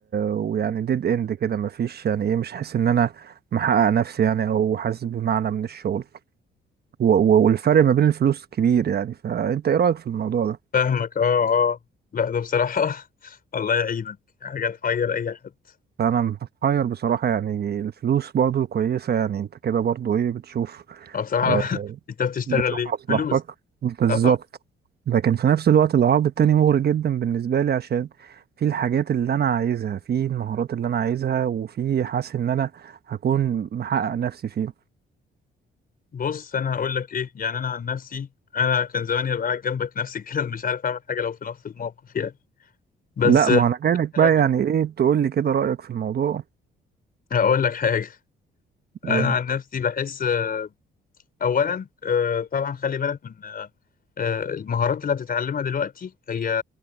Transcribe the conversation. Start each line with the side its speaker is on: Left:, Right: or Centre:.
Right: ويعني ديد اند كده مفيش يعني ايه مش حاسس ان انا محقق نفسي يعني او حاسس بمعنى من الشغل و... و... والفرق ما بين الفلوس كبير يعني فانت ايه رأيك في الموضوع ده
Left: فاهمك اه اه لا ده بصراحة <laughs> الله يعينك حاجة تحير اي حد
Right: فانا محير بصراحة يعني الفلوس برضو كويسة يعني انت كده برضو ايه بتشوف
Left: اه بصراحة
Right: آه،
Left: <laughs> انت بتشتغل
Right: بتشوف
Left: ليه
Right: مصلحتك
Left: فلوس
Right: بالظبط
Left: اه طب
Right: لكن في نفس الوقت العرض التاني مغري جدا بالنسبة لي عشان في الحاجات اللي أنا عايزها في المهارات اللي أنا عايزها وفي حاسس إن أنا هكون محقق نفسي فيه
Left: بص انا هقول لك ايه يعني انا عن نفسي انا كان زماني ابقى قاعد جنبك نفس الكلام مش عارف اعمل حاجة لو في نفس الموقف يعني بس
Right: لا
Left: آه،
Right: ما أنا جايلك
Left: حاجة
Right: بقى يعني إيه تقول لي كده رأيك في الموضوع
Left: هقول لك حاجة انا
Right: قول لي.
Left: عن نفسي بحس آه، اولا آه، طبعا خلي بالك من آه، المهارات اللي هتتعلمها دلوقتي هي